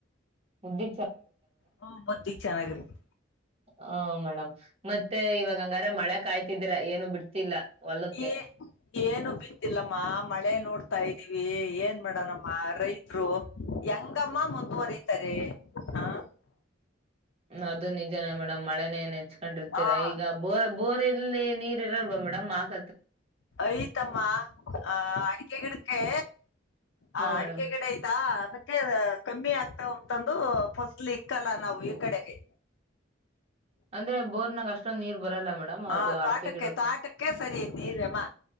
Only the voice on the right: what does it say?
ಮುದ್ದಿ
ಹ ಮೇಡಮ್ ಮತ್ತೆ ಇವಾಗ ಹಂಗಾರ ಮಳೆ ಕಾಯ್ತಿದ್ರ ಏನು ಬಿಡ್ತಿಲ್ಲ. ಹೊಲಕ್ಕೆ
ಅದು ನಿಜನೇ ಮೇಡಮ್ ಮಳೆನೇ ನೆಚ್ಚ್ಕೊಂಡಿರ್ತೀರಾ
ಈಗ ಬೋರ್ ಬೋರಿ ಲ್ಲಿ ನೀರ್ ಇರಲ್ವಾ ಮೇಡಮ್ ಹಾಕ
ಹ್ಮ್
ಮೇಡಮ್
ಅಂದ್ರೆ ಬೋರ್ನಾಗ ಅಷ್ಟೊಂದ್ ನೀರ್ ಬರಲ್ಲ ಮೇಡಮ್ ಅದು
ಅಡಕೆ
ಗಿಡಕ್ಕೆ